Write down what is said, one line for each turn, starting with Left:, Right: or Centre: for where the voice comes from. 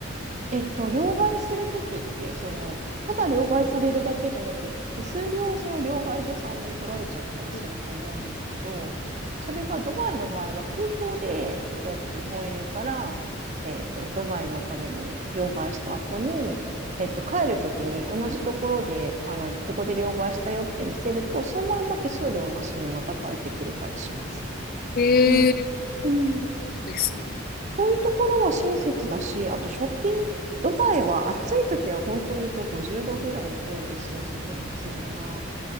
Right: えっと、両替するときって、その、ただ両替されるだけじゃなくって、手数料をその両替所さんに取られちゃったりすると思うんですけど、
Left: い。
Right: それがドバイの場合は空港で、例えば日本円から、えっと、ドバイのお金に両替した後に、えっと、帰るときに同じところで、あの、ここで両替したよって見せると、そのまんま手数料なしにまた帰ってくれたりします。
Left: ええ
Right: うん。うん
Left: ー、ですね。
Right: そういうところは親切だし、あとショッピング、ドバイは暑い時は本当言うと50度ぐらい行くんですよ、外の気温が。